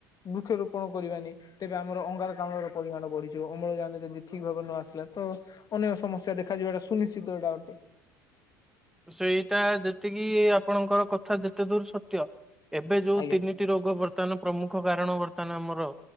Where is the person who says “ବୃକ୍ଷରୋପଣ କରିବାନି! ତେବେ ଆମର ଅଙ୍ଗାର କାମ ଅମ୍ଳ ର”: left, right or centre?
Left